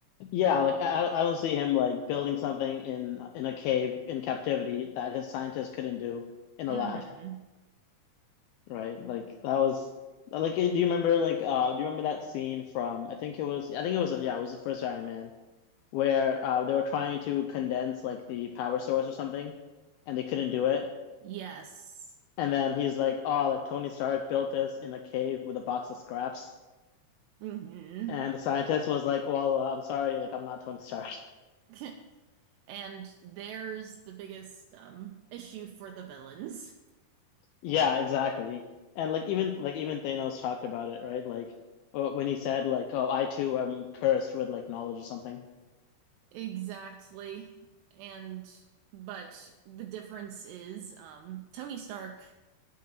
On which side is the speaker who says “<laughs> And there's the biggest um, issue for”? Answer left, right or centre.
Right